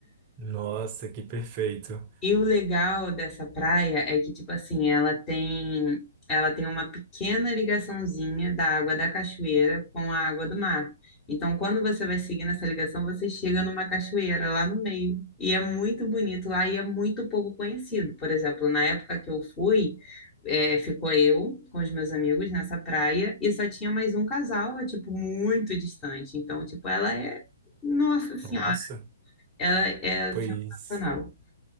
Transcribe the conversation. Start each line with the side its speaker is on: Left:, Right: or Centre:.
Right: Nossa, que perfeito.
Left: E o legal dessa praia é que, tipo assim, ela tem, ela tem uma pequena ligaçãozinha da água da cachoeira com a água do mar. Então, quando você vai seguindo essa ligação, você chega numa cachoeira lá no meio. E é muito bonito lá e é muito pouco conhecido. Por exemplo, na época que eu fui, é, ficou eu com os meus amigos nessa praia e só tinha mais um casal, é, tipo, muito distante. Então, tipo, ela é, nossa senhora,
Right: Nossa,
Left: ela é
Right: pois.
Left: sensacional.